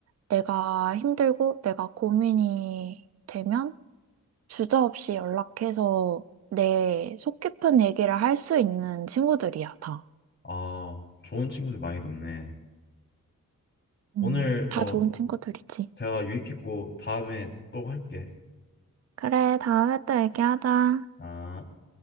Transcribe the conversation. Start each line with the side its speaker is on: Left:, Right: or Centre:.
Right: 내가 힘들고 내가 고민이 되면 주저없이 연락해서 내 속 깊은 얘기를 할 수 있는 친구들이야, 다.
Left: 아, 좋은 친구들 많이 뒀네. 오늘
Right: 음, 다
Left: 어
Right: 좋은 친구들이지.
Left: 대화 유익했고 다음에 또 할게.
Right: 그래, 다음에 또 얘기하자.
Left: 아.